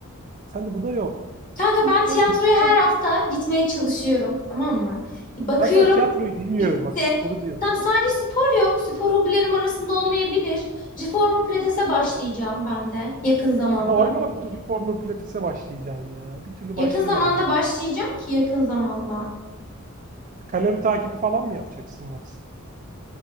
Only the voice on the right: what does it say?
Sen de bu da yok.
Sen de spor...
Ben sana tiyatroyu demiyorum.
Bak sporu diyorum.
Sen aylardır reformer pilatese başlayacaksın ya. Bir türlü
başlayamadın.
neden?
Kalori takibi falan mı yapacaksın yoksa?